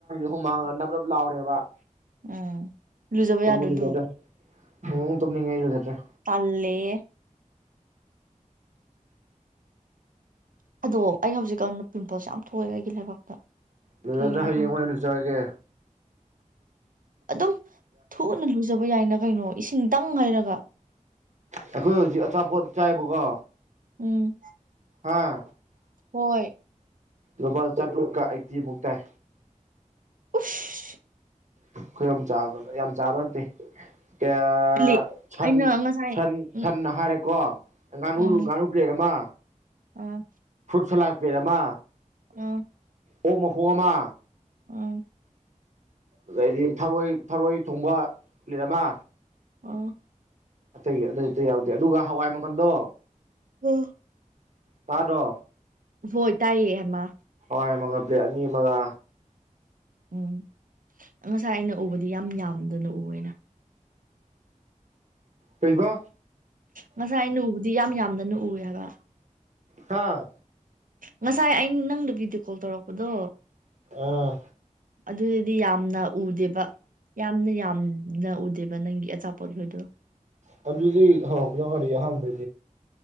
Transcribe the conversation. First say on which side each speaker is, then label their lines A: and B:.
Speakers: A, on the right; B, on the right.
A: ꯍꯨꯃꯥꯡ ꯅꯞ ꯅꯞ ꯂꯥꯎꯔꯦꯕ
B: ꯎꯝ ꯂꯨꯖꯕ
A: ꯇꯨꯝꯕꯨ
B: ꯌꯥꯗ꯭ꯔꯗꯨ
A: ꯂꯨꯖꯗ꯭ꯔꯦ ꯎꯝ ꯇꯨꯝꯅꯤꯡꯉꯦ ꯂꯨꯖꯗ꯭ꯔꯦ
B: ꯇꯜꯂꯤꯌꯦ ꯑꯗꯣ ꯑꯩ ꯍꯧꯖꯤꯛꯀꯥꯟ ꯄꯤꯝꯄꯜꯁ ꯌꯥꯝ ꯊꯣꯛꯑꯦ ꯑꯩꯒꯤ ꯂꯩꯕꯥꯛꯇ
A: ꯂꯨꯖꯗ꯭ꯔꯥ
B: ꯀꯩꯒꯤꯔꯥ
A: ꯍꯌꯦꯡ
B: ꯈꯪꯗꯦ
A: ꯑꯣꯏꯅ ꯂꯨꯖꯔꯑꯒꯦ
B: ꯑꯗꯨꯝ ꯊꯨꯅ ꯂꯨ ꯂꯨꯖꯕ ꯌꯥꯏꯅ ꯀꯩꯅꯣ ꯏꯁꯤꯡꯇꯪ ꯍꯩꯔꯒ
A: ꯑꯩꯈꯣꯏ ꯍꯧꯖꯤꯛ ꯑꯆꯥꯄꯣꯠ ꯆꯥꯏꯕꯀꯣ
B: ꯎꯝ
A: ꯍꯥꯥ
B: ꯍꯣꯏ
A: ꯂꯨꯄꯥ ꯆꯥꯇ꯭ꯔꯨꯛꯀ ꯑꯥꯢꯠꯇꯤꯃꯨꯛ ꯇꯥꯏ
B: ꯎꯨꯁ
A: ꯑꯩꯈꯣꯏ ꯑꯍꯨꯝ ꯆꯥꯕ ꯌꯥꯝ ꯆꯥꯕ ꯅꯠꯇꯦ ꯀꯥꯌꯥ
B: ꯂꯤ
A: ꯁꯟ
B: ꯑꯩꯅ ꯉꯁꯥꯏ
A: ꯁꯟ
B: ꯎꯝ
A: ꯁꯟ ꯍꯥꯏꯔꯦꯀꯣ ꯉꯥꯅꯨ
B: ꯎꯝ
A: ꯉꯥꯅꯨ ꯄꯂꯦꯠ ꯑꯃ
B: ꯑꯥ
A: ꯁꯂꯥꯛ ꯄꯂꯦꯠ ꯑꯃ
B: ꯎꯝ
A: ꯑꯣꯛ ꯃꯈꯣꯡ ꯑꯃ
B: ꯑ
A: ꯑꯗꯩꯗꯤ ꯊꯔꯣꯏ ꯊꯔꯣꯏ ꯊꯣꯡꯕ ꯂꯩꯔꯃ
B: ꯑꯣ
A: ꯑꯇꯩ ꯑꯇꯩ ꯑꯇꯩ ꯌꯥꯎꯗꯦ ꯑꯗꯨꯒ ꯍꯋꯥꯏ ꯃꯒꯜꯗꯣ
B: ꯍ
A: ꯇꯥꯗꯣ
B: ꯍ ꯇꯏꯌꯦꯃ
A: ꯥꯏ ꯑꯃꯒ ꯄ꯭ꯂꯦꯠ ꯑꯅꯤ ꯑꯃꯒ
B: ꯎꯝ ꯉꯁꯥꯏ ꯑꯩꯅ ꯎꯕꯗꯤ ꯌꯥꯝ ꯌꯥꯝꯗꯅ ꯎꯋꯦꯅ
A: ꯀꯩꯕ
B: ꯃꯁꯥꯅꯅꯨꯡꯕꯗꯤ ꯌꯥꯝ ꯃ ꯌꯥ ꯃꯗꯅ ꯎꯌꯥꯒ
A: ꯍꯥꯥ
B: ꯉꯁꯥꯏ ꯑꯩꯅ ꯅꯪꯗ ꯚꯕꯤꯗꯤꯑꯣ ꯀꯣꯜ ꯇꯧꯔꯛꯄꯗꯣ
A: ꯑꯥ
B: ꯑꯗꯨꯗꯤ ꯌꯥꯝꯅ ꯎꯗꯦꯕ ꯌꯥꯝꯅ ꯌꯥꯝꯅ ꯎꯗꯦꯕ ꯅꯪꯒꯤ ꯑꯆꯥꯄꯣꯠꯈꯣꯏꯗꯣ
A: ꯄꯕꯤ ꯍꯧꯒꯗ ꯍꯜ ꯍꯅ